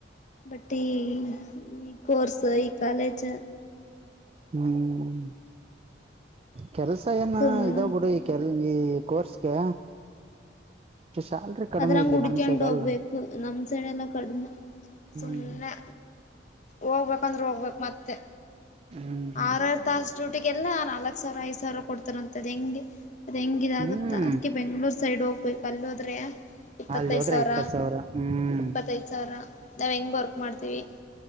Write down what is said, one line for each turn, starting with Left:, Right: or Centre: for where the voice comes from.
Left: ಬಟ್ಟ ಈ ಈ ಕರ್ಸ್ ಈ ಕಾಲೇಜ್
Right: ಹ್ಮ್ ಕೆಲ್ಸ ಏನ
Left: ಸುಮ್
Right: ಇದಾವ್ ಬಿಡಿ ಕೆಲ್ಸ ಈ ಕೋರ್ಸ್ಗೆ ಸ್ಯಾಲ್ರಿ ಕಡಿಮೆ
Left: ಅದ್ರಂಗ
Right: ಇಲ್ಲಿ
Left: ಕುಡಕೊಂಡು
Right: ನಮ್ ಸೈಡ್
Left: ಹೋಗ್ಬೇಕು
Right: ಎಲ್ಲ
Left: ನಮ್ ಸೈಡೆ ಎಲ್ಲ ಕಡಿಮೆ
Right: ಹ್ಮ್
Left: ಸುಮ್ನೆ ಹೋಗ್ಬೇಕಂದ್ರೆ ಹೋಗ್ಬೇಕು ಮತ್ತೆ
Right: ಹ್ಮ್ ಹ್ಮ್
Left: ಆರರ್ ತಾಸ ಡೂಟಿಗೆ ಎಲ್ಲಾ ನಾಲ್ಕ್ ಸಾವಿರ ಐದ್ ಸಾವಿರ ಕೊಡ್ತಾರ ಅಂತದ್ ಹೆಂಗೆ ಅದ ಹೆಂಗಿದಾಗುತ್ತೆ
Right: ಹ್ಮ್
Left: ಅದಕ್ಕೆ ಬೆಂಗಳೂರು ಸೈಡ್ ಹೋಗ್ಬೇಕು ಅಲ್ಲೋದ್ರೆ ಇಪ್ಪತ್ತೈದ
Right: ಅಲ್ಲಿ ಹೋದ್ರೆ
Left: ಸಾವಿರ
Right: ಇಪ್ಪತ್ ಹ್ಮ್
Left: ಇಪ್ಪತ್ತೈದ ಸಾವಿರ ತವ್ ಹೆಂಗ್ ವರ್ಕ್ ಮಾಡ್ತೀವಿ